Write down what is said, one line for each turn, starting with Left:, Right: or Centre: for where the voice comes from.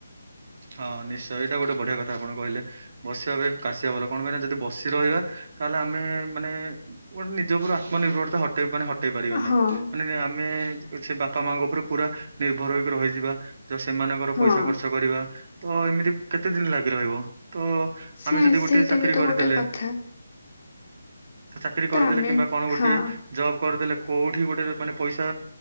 Right: ହଁ ନିଶ୍ଚୟ ଏଇଟା ଗୋଟେ ବଢିଆ କଥା ଆପଣ କହିଲେ, ବସିବା ଅପେକ୍ଷା କାଶିବା ଭଲ, କଣ ପାଇଁ ନା ଯଦି ବସି ରହିବା ତାହେଲେ ଆମେ ମାନେ ଗୋଟେ ନିଜ ଉପରୁ ଆତ୍ମନିର୍ଭରତା ହଟେଇ ମାନେ ହଟ ଟେଇ ପାରିବା ନାହିଁ,
Left: ହଁ
Right: ମାନେ ଆମେ ସେ ବାପା ମାଙ୍କ ଉପରେ ପୁରା ନିର୍ଭର ହେଇକି ରହିଯିବା। ଯ ସେମାନଙ୍କର
Left: ହଁ
Right: ପଇସା ଖର୍ଚ୍ଚ କରିବା ତ ଏମିତି କେତେ ଦିନ ଲାଗି ରହିବ। ତ
Left: ସେ
Right: ଆମେ ଯଦି
Left: ସେଇଟା
Right: ଗୋଟେ ଚାକିରୀ
Left: ବି ତ
Right: କରିଦେଲେ
Left: ଗୋଟେ କଥା
Right: ଚାକିରି କରିଦେଲେ
Left: ତ ଆମେ
Right: କିମ୍ବା କଣ ଗୋଟିଏ
Left: ହଁ
Right: ଜବ୍ କରିଦେଲେ କୋଉଠି ଗୋଟେ ମାନେ ପଇସା